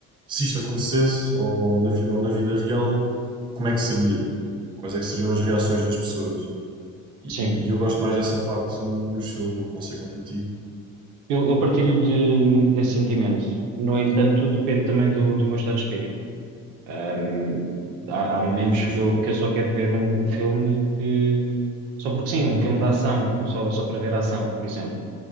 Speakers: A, on the right (about 15°); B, on the right (about 90°).
A: se isto acontecesse ou na vida, ou na vida real, como é que seria? Quais é que seriam as reações das pessoas? E,
B: sim,
A: e eu gosto mais dessa parte no- nos filmes, não sei quanto a ti,
B: Eu, eu partilho de- desse sentimento. No entanto, depende também do, do meu estado de espírito. Ahm, há, há momentos
A: é justo.
B: que eu, que eu só quero ver um, um filme que. Só porque sim, um filme de ação, só, só para ver a ação, por exemplo.